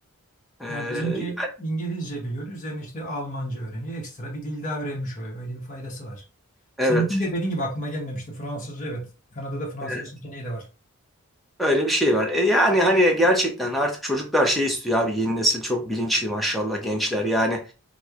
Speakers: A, in the centre; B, on the left.
A: E,
B: Yani bizimki İngilizce biliyor. Üzerine işte Almanca öğreniyor. Ekstra bir dil daha öğrenmiş oluyor. Öyle bir faydası var. Seninki
A: evet.
B: de dediğin gibi aklıma gelmemişti. Fransızca evet. Kanada'da Fransızca
A: evet.
B: seçeneği de var.
A: Öyle bir şey var. E yani hani gerçekten artık çocuklar şey istiyor abi yeni nesil çok bilinçli maşallah gençler. Yani